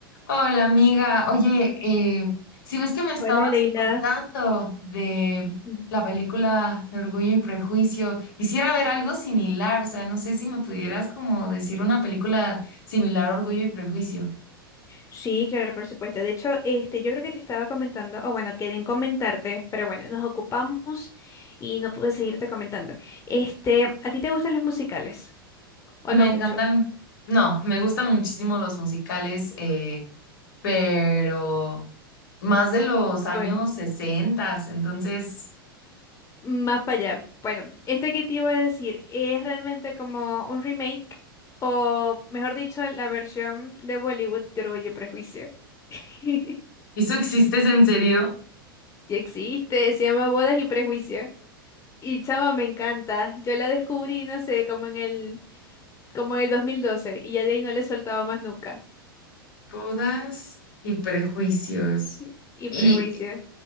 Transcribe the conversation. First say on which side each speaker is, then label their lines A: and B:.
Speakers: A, on the left (about 70°); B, on the left (about 25°).
A: Hola amiga, oye, eh, si ves que me estabas
B: Hola, Leila.
A: contando de
B: Mm.
A: la película de Orgullo y Prejuicio, quisiera ver algo similar, o sea, no sé si me pudieras como decir una película similar a Orgullo y Prejuicio.
B: Sí, claro, por supuesto. De hecho, este, yo creo que te estaba comentando, o bueno, quedé en comentarte, pero bueno, nos ocupamos y no pude seguirte comentando. Este, ¿a ti te gustan los musicales? ¿O
A: Me
B: no
A: encantan,
B: mucho?
A: no, me gustan muchísimo los musicales, eh, pero más de los
B: Bueno,
A: años 60, entonces,
B: más para allá. Bueno, este que te iba a decir es realmente como un remake, o mejor dicho, la versión de Bollywood de Orgullo y Prejuicio. <laughs>
A: ¿eso existes en serio?
B: Sí existe, se llama Bodas y Prejuicio. Y chama, me encanta. Yo la descubrí, no sé, como en el como en el 2012 y ya de ahí no le he soltado más nunca.
A: Bodas y prejuicios.
B: Y y
A: Y,
B: prejuicios.